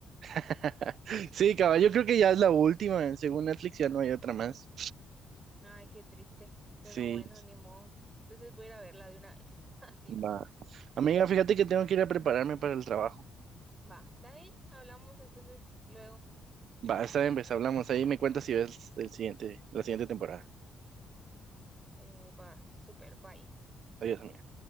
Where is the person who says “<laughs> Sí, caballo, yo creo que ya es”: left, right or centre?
Right